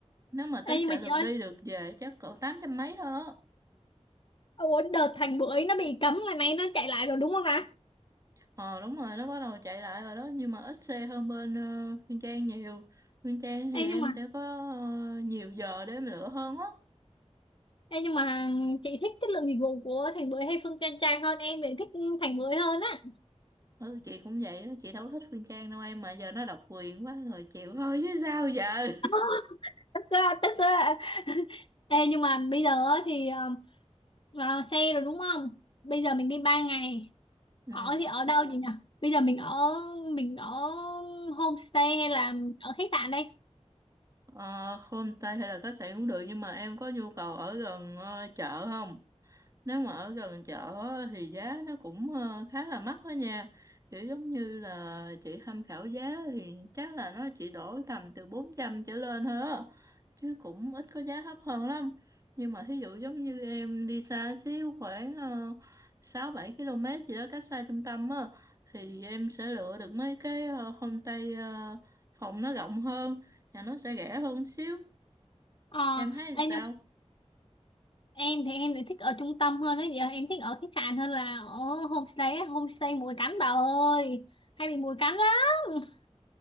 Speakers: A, on the right; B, on the left.
A: Nếu mà
B: Ê,
A: tính
B: nhưng
A: cả
B: mà
A: lượt
B: chị ơi
A: đi lượt về chắc cỡ tám trăm mấy thôi á.
B: Ủa đợt thành bưởi nó bị cấm là nay nó chạy lại rồi đúng không ạ
A: Ờ đúng rồi nó bắt đầu chạy lại rồi đó nhưng mà ít xe hơn bên ờ, Nguyên Trang nhiều Nguyên Trang thì
B: Ê,
A: em
B: nhưng mà
A: sẽ có ờ, nhiều giờ để em lựa hơn á
B: Ê, nhưng mà chị thích chất lượng dịch vụ của Thành Bưởi hay Phương Trang Trang hơn em thì thích Thành Bưởi hơn á
A: ừ chị cũng vậy á chị đâu thích Nguyên Trang đâu em mà giờ nó độc quyền quá rồi chịu thôi chứ sao giờ
B: Ờ, tức á, tức á. <laughs> Ê, nhưng mà bây giờ á thì ờ, ờ, xe rồi đúng không bây giờ mình đi 3 ngày
A: <laughs>
B: ở
A: ừ
B: thì ở đâu vậy nhỉ bây giờ mình ở mình ở homestay hay là ở khách sạn đây
A: ờ, homestay hay là khách sạn cũng được nhưng mà em có nhu cầu ở gần ờ, chợ không Nếu mà ở gần chợ á, thì giá nó cũng ờ, khá là mắc đó nha. Kiểu giống như là chị tham khảo giá thì chắc là nó chỉ đổi tầm từ 400 trở lên thôi á. Chứ cũng ít có giá thấp hơn lắm. Nhưng mà thí dụ giống như em đi xa xíu khoảng uh, 6-7 km gì đó cách xa trung tâm á thì em sẽ lựa được mấy cái ờ, homestay ờ, phòng nó rộng hơn và nó sẽ rẻ hơn xíu.
B: ờ
A: Em thấy
B: ê,
A: sao?
B: nhưng mà em thì em lại thích ở trung tâm hơn đấy giờ em thích ở khách sạn hơn là ở homestay á. homestay muỗi cắn bà ơi hay bị muỗi cắn lắm